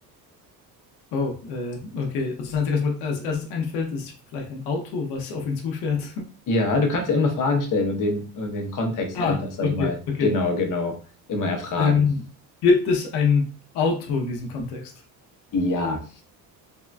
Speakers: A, on the left; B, on the left.
A: Oh, äh, okay. Also das Einzige, was mir als erstes einfällt, ist vielleicht ein Auto, was auf ihn zufährt. <laughs>
B: Ja, du kannst ja immer Fragen stellen und den, und den Kontext
A: Ah,
B: dahinter, sag
A: okay,
B: ich mal,
A: okay.
B: genau, genau, immer erfragen.
A: Ähm, gibt es ein Auto in diesem Kontext?
B: Ja.